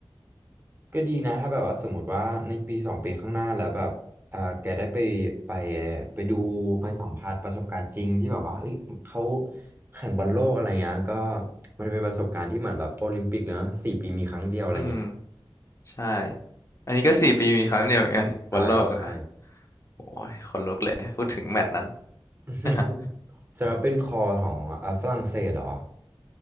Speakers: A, on the right; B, on the left.
A: ก็ดีนะถ้าแบบว่าสมมติว่าในปีสองปีข้างหน้าแล้วแบบเอ่าแกได้ไปไปไปดูไปสัมผัสประสบการณ์จริงที่แบบว่าเอ้ยเขาแข่งบอลโลกอะไรเงี้ยก็มันเป็นประสบการณ์ที่เหมือนแบบโอลิมปิกเนอะสี่ปีมีครั้งเดียวอะไรเงี้ย
B: อืม ใช่อันนี้ก็สี่ปีมีครั้งเดียวเหมือนกันบอลโลกอ่ะ
A: ใช่ใช่
B: โอ้ยคนลุกเลยพูดถึงแมตช์นั้น
A: <laughs> ครับ <laughs>
B: <laughs>
A: สำหรับเป็นคอของเอ่าฝรั่งเศสเหรอ